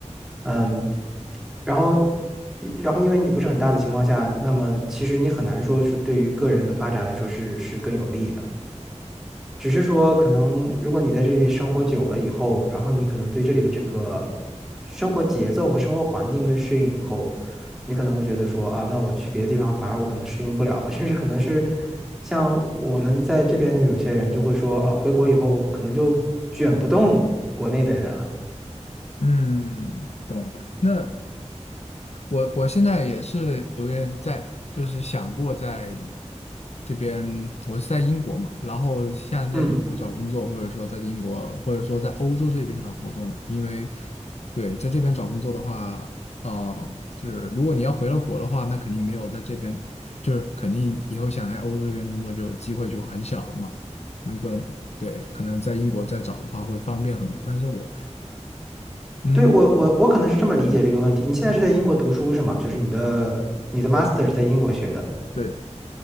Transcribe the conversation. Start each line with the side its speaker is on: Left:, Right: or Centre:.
Centre: 嗯，然后然后因为你不是很大的情况下，那么其实你很难说是对于个人的发展来说是是更有利的。只是说，可能如果你在这里面生活久了以后，然后你可能对这里的这个生活节奏和生活环境更适应以后，你可能会觉得说啊，那我去别的地方反而我可能适应不了了，甚至可能是像我们在这边的有些人就会说，啊，回国以后可能就卷不动国内的人了。
Left: 嗯，懂。那我我现在也是有点在，就是想过在这边，我是在英国嘛，然后现在在英国找工作，
Centre: 嗯，
Left: 或者说在英国，或者说在欧洲这边找工作，因为对，在这边找工作的话，呃，就是如果你要回到国的话，那肯定没有在这边，就是肯定以后想来欧洲这边工作就机会就很小了嘛。如果对，可能在英国再找的话会方便很多，但是我，嗯，
Centre: 对，我我我可能是这么理解这个问题。你现在是在英国读书是吗？就是你的你的 master
Left: 对的，
Centre: 是在英国学的。
Left: 对的，